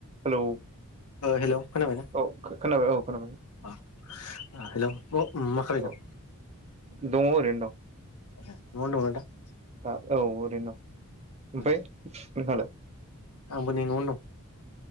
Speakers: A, on the right; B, on the left.
A: Hello
B: ओ hello खोनाबायना?
A: औ खोनाबाय औ खोनाबाय।
B: अ ओ हेलौ अ उम मा खालामदों?
A: औ दङ ओरैनो दं।
B: ए न'आवनो दंना दा
A: आ औ ओरैनो दं
B: दा
A: ओमफाय नोंथाङालाय?
B: आंबो नै न'आवनो दं